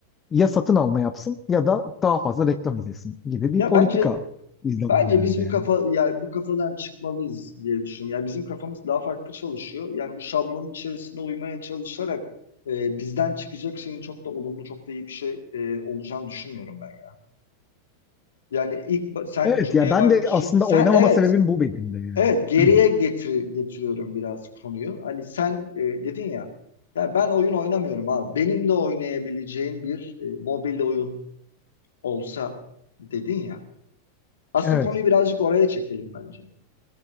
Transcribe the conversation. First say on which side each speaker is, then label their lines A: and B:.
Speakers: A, on the left; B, on the left.
A: ya satın alma yapsın ya da daha fazla reklam izlesin gibi bir
B: Ya
A: politika
B: bence
A: izleniyor
B: Bence
A: herhalde
B: biz bu
A: yani.
B: kafa ya bu kafadan çıkmalıyız diye düşünüyorum. Yani bizim kafamız daha farklı çalışıyor. Yani bu şablonun içerisine uymaya çalışarak e, bizden çıkacak şeyin çok da olumlu, çok da iyi bir şey e, olacağını düşünmüyorum ben. ya. Yani ilk ba- sen
A: Evet
B: cümleye
A: ya ben
B: baş
A: de
B: şu-
A: aslında
B: sen
A: oynamama
B: evet
A: sebebim bu benim de yani.
B: evet geriye
A: <clears throat>
B: getir getiriyorum biraz konuyu. Hani sen e, dedin ya, ya ben oyun oynamıyorum abi. Benim de oynayabileceğim bir e, mobil oyun olsa dedin ya. Aslında
A: Evet
B: konuyu birazcık oraya çekelim bence.